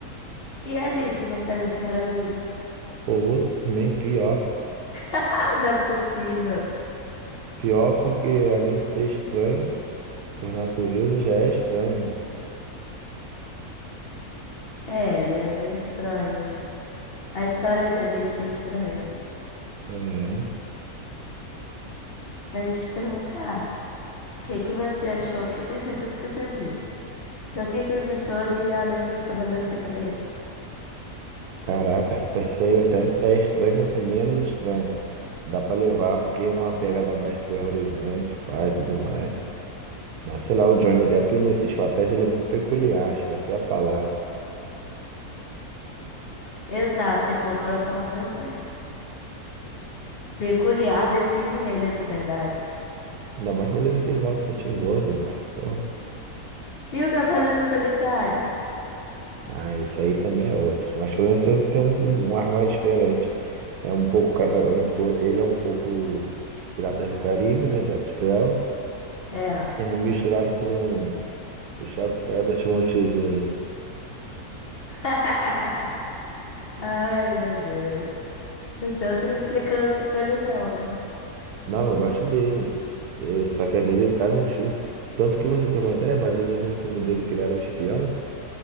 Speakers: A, on the left (about 50°); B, on the right (about 80°).
A: E Alice no País das Maravilhas? <laughs>
B: Pô, outro também pior.
A: Ah, não é possível.
B: Pior porque além de ser estranho, por natureza já é estranho,
A: É, ele é bem estranho, né? A história de Alice é estranha, né?
B: né? É.
A: Mas deixa eu te perguntar, o que que você achou? Que eu tenho certeza que você viu. Então, o que que você achou de A Lenda do Cavaleiro Sem Cabeça?
B: Caraca, <laughs> isso aí até é estranho, mas é menos estranho. Dá pra levar porque é uma pegada mais terrorizante, pai, tudo mais. Mas sei lá, o Johnny Depp nesses papéis ele é muito peculiar, acho que essa é a palavra.
A: Exato, encontrou a palavra certa. Peculiar define ele, na verdade.
B: Ainda mais quando ele se envolve com o Tim Burton, cara. Pô.
A: E o Cavaleiro Solitário?
B: Ah, isso aí também é outro. Mas Florence sempre tem um, um ar mais diferente. É um pouco. cava- é um po- ele é um pouco Piratas do Caribe, né? Jack Sparrow.
A: É. ó.
B: <laughs> Misturado com. Misturado com Edward Mão Tesoura.
A: <laughs> Ai, meu Deus. Você não tem implicância com ele, não, né?
B: Não, eu gosto dele. É, só que às vezes ele tá no filme. Tanto que você tem uma ideia, uma vez eu vi um filme dele que ele era um espião.